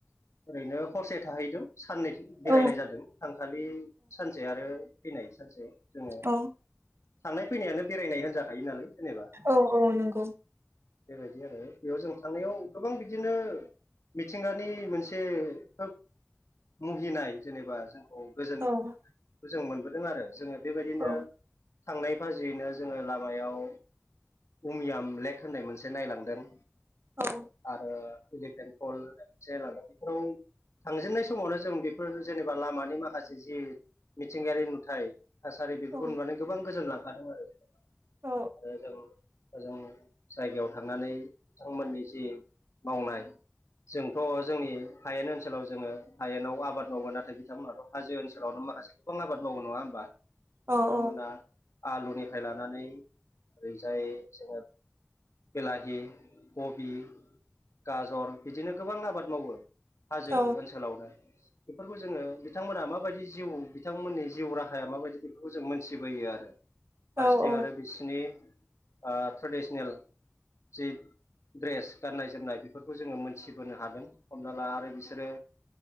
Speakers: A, on the left; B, on the right.
A: ओरैनो हरसे थाहैदों साननै बेरायनाय
B: औ
A: जादों थांखालि सानसे आरो फैनाय सानसे जोङो
B: औ
A: थांनाय फैनायानो बेरायनाय होनजाखायो नालाय। जेनेबा
B: औ औ नंगौ
A: बेबायदि आरो बेयाव जों थांनायाव गोबां बिदिनो मिथिंगानि मोन से खोब मुहिनाय जेनेबा जोंखौ गोजोनाय
B: औ नंगौ
A: जों मोनबोदों आरो जोङो बेबायदिनो
B: औ
A: थांनाय फाजैनो जोङो लामायाव उमियाम लेक होननाय मोनसे नायलांदों।
B: औ
A: आरो इलिफेन फल होननाय मोनसे बेफोराव थांजेननाय समावनो जों बेफोर जेनेबा लामानि माखासे जि मिथिंगायारि नुथाय थासारि बेफोरखौ
B: औ
A: नुनानै गोबां गोजोनलांखादों आरो
B: औ
A: जों ओजों जायगायाव थांनानै बिथांमोननि जि मावनाय जोंथ' जोंनि हायेन ओनसोलाव जोङो हायेनाव आबाद मावो नाथाय बिथांमोनाथ' हाजो ओनसोलावनो माखासे गोबां आबाद मावो नङा होमबा
B: ओ औ
A: मोना आलुनिफ्राय लानानै ओरैजाय जोङो बिलाहि कबि गाजर बिदिनो गोबां आबाद मावो। हाजो
B: औ
A: ओनसोलावनो बेफोरखौ जोङो बिथांमोना मा माबायदि जिउ बिथांमोननि जिउ राहाया माबायदि बेफोरखौ जों मोनथिबोयो आरो फारसेथिं
B: औ औ
A: आरो बिसिनि ओ ट्रेडिसनेल जि ड्रेस गाननाय जोमनाय बेफोर खौ जोङो मोनथिबोनो हादों हमना ला आरो बिसोरो